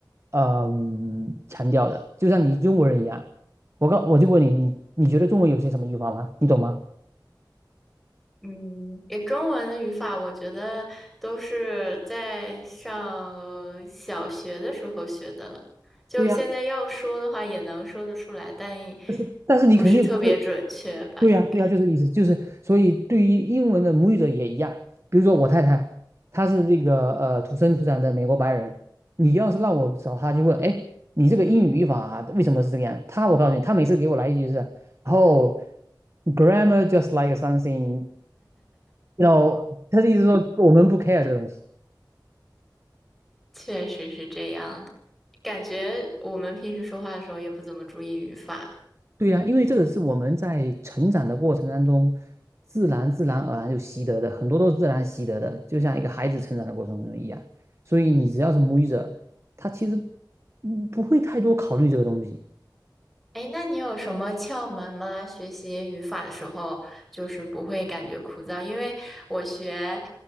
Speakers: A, on the right; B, in the centre.
A: 嗯、强调的。就像你中国人一样，我告我就问你，你你觉得中文有些什么语法吗？你懂吗？
B: 嗯，也中文的语法，我觉得都是在上小学的时候学的了。就现在要说的话，
A: 对呀，
B: 也能说得出来，但
A: 但是但是你肯定不是，
B: 不是特别准确吧？
A: 对呀，
B: 应该
A: 对呀，就是这个意思，就是所以对于英文的母语者也一样。比如说我太太，她是这个呃土生土长的美国白人，你要是让我找她就问，哎，你这个英语语法为什么是这个样？她我告诉你，她每次给我来一句是，o h g r a m m a r just like something，然后她的意思说我们不 care 这个东西。
B: 确实是这样的。感觉我们平时说话的时候也不怎么注意语法。
A: 对呀，因为这个是我们在成长的过程当中，自然自然而然就习得的，很多都是自然习得的，就像一个孩子成长的过程中一样。所以你只要是母语者，他其实嗯不会太多考虑这个东西。
B: 哎，那你有什么窍门吗？学习语法的时候，就是不会感觉枯燥，因为我学，